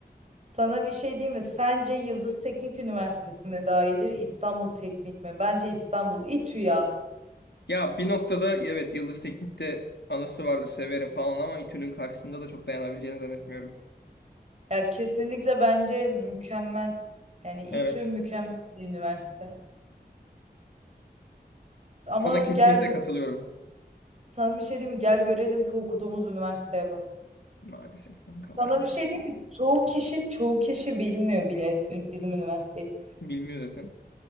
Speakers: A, on the right; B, on the left.
A: Sana bir şey diyeyim mi? Sence Yıldız Teknik Üniversitesi mi daha iyidir, İstanbul Teknik mi? Bence İstanbul. İTÜ ya.
B: Ya bir noktada evet Yıldız Teknik'te anısı vardır severim falan ama İTÜ'nün karşısında da çok dayanabileceğini zannetmiyorum.
A: Ya kesinlikle bence mükemmel. Yani İTÜ
B: Evet.
A: mükemmel bir üniversite. S- Ama
B: Sana kesinlikle
A: gel gö-
B: katılıyorum.
A: sana bir şey diyeyim mi? Gel görelim ki okuduğumuz üniversiteye bak.
B: Maalesef kanka maalesef.
A: Sana bir şey diyeyim mi? Çoğu kişi çoğu kişi bilmiyor bile bizim üniversiteyi.
B: Bilmiyor zaten.